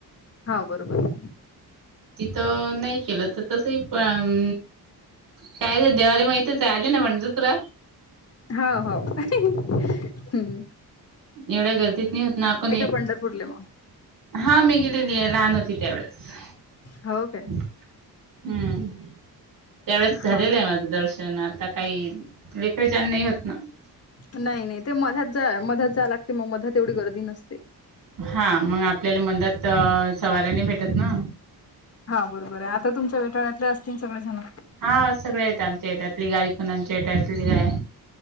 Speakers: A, on the left (about 40°); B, on the right (about 55°).
A: हा बरोबर.
B: तिथं नाही केलं तर तसही पण कायच दिवाळी मा इथच आले ना पंढरपुरात
A: होा हो हम्
B: एवढ्या गर्दीत नाही होत ना आपण
A: पंढरपूरले मग
B: हा मी गेलेली आहे लहान होती तेवढळेस
A: हो काय
B: हम्म त्यावेळेस झालेलं
A: हा
B: आहे माझं दर्शन. ण आता काही रेकळेचन नाही होत ना.
A: नाही नाही ते मध्यात जा मधत जा लागते मग मधत एवढी गर्दी नसते.
B: हा मग आपल्याला मंदत सवऱ्यानी भेटत ना..
A: हा बरोबर आहे आता तुमच्या गोताळतली असतील सगळे जण.
B: आज सगळे त्यांचे त्यातली गाई पण आम्हाचे गाय